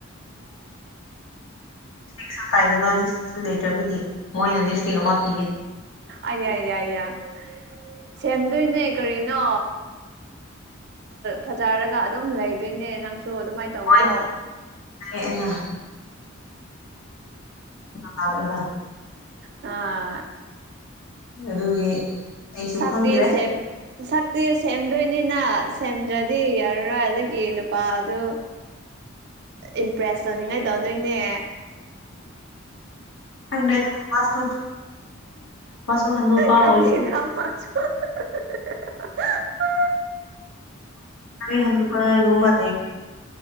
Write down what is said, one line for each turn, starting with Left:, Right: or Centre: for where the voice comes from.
Left: ꯄꯩꯁꯥ ꯀꯥꯏꯗꯕ ꯂꯤꯞ ꯏꯁꯇꯤꯛꯁꯨ ꯂꯩꯇ꯭ꯔꯕꯒꯤ ꯃꯣꯏꯅ ꯂꯤꯞ ꯏꯁꯇꯤꯛ ꯑꯃ ꯄꯤꯌꯦ
Right: ꯑ ꯌꯥꯏ ꯌꯥꯏ ꯌꯥꯏ ꯁꯦꯝꯗꯣꯏꯅꯦ ꯀꯔꯤꯅꯣ ꯐꯖꯔꯒ ꯑꯗꯨꯝ ꯂꯩꯗꯣꯏꯅꯦ ꯅꯪꯁꯨ ꯑꯗꯨꯃꯥꯏꯅ ꯇꯧꯋꯣ
Left: ꯍꯣꯏ ꯂꯦꯅ ꯍ ꯂꯒ
Right: ꯑ
Left: ꯑꯗꯨꯒꯤ ꯑꯩꯁꯨ
Right: ꯁꯛꯇꯤ
Left: ꯈꯪꯗ꯭ꯔꯦ
Right: ꯁꯦꯝ ꯁꯛꯇꯤ ꯁꯦꯝꯗꯣꯏꯅꯤꯅ ꯁꯦꯝꯗ꯭ꯔꯗꯤ ꯌꯥꯔꯔꯣꯏ ꯅꯪꯒꯤ ꯅꯨꯄꯥꯗꯨ ꯏꯝꯄ꯭ꯔꯦꯁ ꯇꯧꯅꯤꯡꯉꯥꯏ ꯇꯧꯗꯣꯏꯅꯦ
Left: <unintelligible> ꯃꯥꯁꯨ ꯍꯅꯨꯕ
Right: ꯈꯪꯗꯦꯗ
Left: ꯑꯣꯏꯈ꯭ꯔꯦ
Right: ꯃꯥꯁ ꯑ
Left: ꯍꯗ ꯨꯃ ꯂꯩ